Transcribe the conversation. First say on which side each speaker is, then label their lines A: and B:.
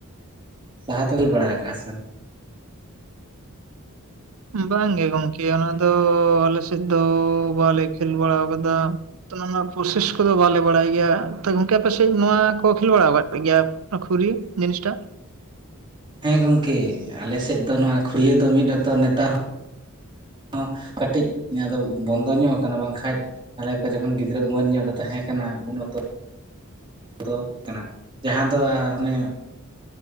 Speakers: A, on the right (about 20°); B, on the right (about 70°).
A: ᱛᱟᱦᱟᱛᱮ <unintelligible> ᱵᱟᱲᱟ ᱠᱟᱜ ᱥᱮ ᱵᱟᱝ?
B: ᱵᱟᱝᱜᱮ ᱜᱚᱢᱠᱮ ᱚᱱᱟ ᱫᱚ ᱟᱞᱮ ᱥᱮᱫ ᱫᱚ ᱵᱟᱞᱮ ᱠᱷᱮᱞ ᱵᱟᱲᱟ ᱟᱠᱟᱫᱟ᱾ ᱚᱱᱟ ᱨᱮᱱᱟᱜ ᱯᱚᱥᱮᱥ ᱠᱚᱫᱚ ᱵᱟᱞᱮ ᱵᱟᱲᱟᱭ ᱜᱮᱭᱟ ᱜᱚᱝᱠᱮ ᱟᱯᱮᱥᱮᱡ ᱱᱚᱣᱟ ᱠᱚ ᱠᱷᱮᱞ ᱵᱟᱲᱟ ᱟᱠᱟᱫ ᱜᱮᱭᱟ? ᱚᱠᱟ ᱠᱷᱩᱨᱤ ᱡᱤᱱᱤᱥᱴᱟ?
A: ᱦᱮᱸ ᱜᱚᱝᱠᱮ ᱟᱞᱮ ᱥᱮᱫ ᱫᱚ ᱱᱚᱣᱟ ᱠᱷᱩᱲᱤᱭᱟᱹᱟᱹ ᱫᱚ ᱢᱤᱫ ᱚᱠᱛᱚ ᱱᱮᱛᱟᱨ ᱦᱚᱸ ᱠᱟᱹᱴᱤᱡ ᱱᱤᱭᱟᱹ ᱫᱚ ᱵᱚᱱᱫᱚ ᱧᱚᱜ ᱟᱠᱟᱱᱟ ᱵᱟᱝᱠᱷᱟᱡ ᱟᱞᱮ ᱠᱚ ᱡᱚᱠᱷᱚᱱ ᱜᱤᱫᱽᱨᱟᱹ ᱩᱢᱮᱨ ᱧᱚᱜ ᱞᱮ ᱛᱟᱦᱮᱸ ᱠᱟᱱᱟ ᱩᱱ ᱚᱠᱛᱚ ᱠᱚᱫᱚ ᱠᱟᱱᱟ ᱡᱟᱦᱟᱸ ᱫᱚ ᱚᱱᱮ